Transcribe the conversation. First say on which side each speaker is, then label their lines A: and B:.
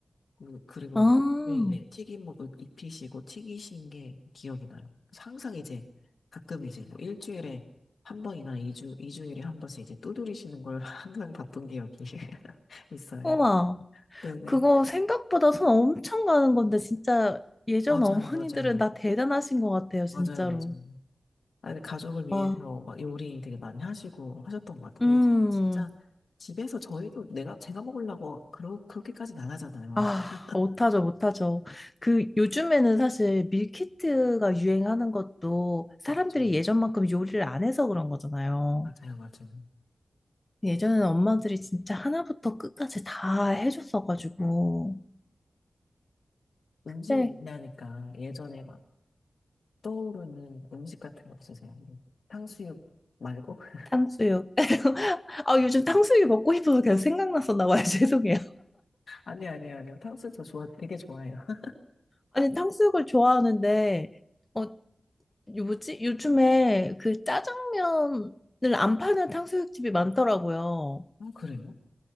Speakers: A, on the left (about 75°); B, on the left (about 25°).
A: 그- 그리고
B: 아,
A: 이- 네네 튀김옷 입히시고 튀기신 게 기억이 나요. 그래서 항상 이제 가끔 이제 뭐 일주일에 한 번이나 이주이주일에한 번씩 이제 두드리시는 걸 <laughs> 항상 봤던 기억이 <laughs> 있어요.
B: 우와.
A: 네네.
B: 그거 생각보다 손 엄청 가는 건데, 진짜 예전
A: 맞아요,
B: 어머니들은
A: 맞아요.
B: 다 대단하신 것 같아요, 진짜로.
A: 맞아요, 맞아요. 아니, 가족을 위해서
B: 와,
A: 막 요리 되게 많이 하시고 하셨던 것 같아요.
B: 음,
A: 요새 진짜 집에서 저희도 내가, 제가 먹으려고 그러, 그렇게까지는 안 하잖아요.
B: 아,
A: <laughs>
B: 못하죠, 못하죠. 그 요즘에는 사실 밀키트가 유행하는 것도 사람들이
A: 그렇죠.
B: 예전만큼 요리를 안 해서 그런 거잖아요.
A: 맞아요, 맞아요.
B: 예전에는 엄마들이 진짜 하나부터 끝까지 다 해줬어가지고.
A: 음식
B: 네,
A: 얘기하니까 예전에 막 떠오르는 음식 같은 거 없으세요? 탕수육 말고? <laughs>
B: 탕수육. 아, 요즘 탕수육이 먹고 싶어서 계속 생각났었나 봐요. <laughs> 죄송해요.
A: 아니, 아니, 아니요. 탕수육 저 좋아, 되게 좋아해요. <laughs>
B: 아니, 탕수육을 좋아하는데, 어, 요 뭐지? 요즘에 그 짜장면을 안 파는 탕수육집이 많더라고요.
A: 아, 그래요?